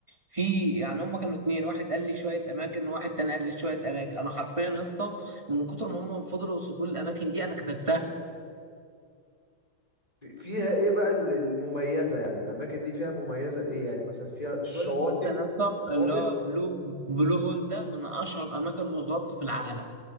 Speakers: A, on the right; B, on the left.
A: في يعني هم كانوا اتنين واحد قال لي شويه اماكن وواحد تاني قال لي شويه اماكن انا حرفيا يا اسطى من كتر ما هم فضلوا يوصفوا لي الاماكن دي انا كتبتها
B: في- فيها ايه بقى ال- المميزة يعني الأماكن دي فيها مميزة ايه يعني مثلا فيها الشواطئ
A: بقول لك مثلا يا اسطى
B: شواطئ
A: اللي هو بلو بلو هول ده من اشهر اماكن الغطس في العالم